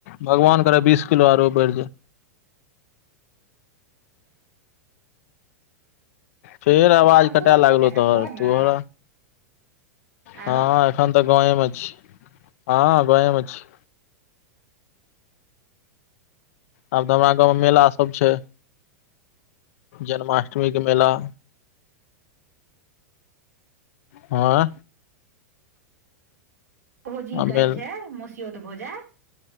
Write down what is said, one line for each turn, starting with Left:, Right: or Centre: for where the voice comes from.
Left: भगवान करे बीस किलो आरो बढ़ि जाय फेर आवाज
Right: तब
Left: कटाय
Right: तू
Left: लागलो
Right: कतऽ छ
Left: तोहर
Right: गाँव मे
Left: तोहर
Right: आहो
Left: हँ एखन तऽ गाँवेमे छी हँ गाँवम अ छी आब तऽ हमरा गाँव मे मेला सब छै जन्माष्टमी के मेला हँ
Right: भौजी कहै
Left: मेल
Right: छै मस त भौजा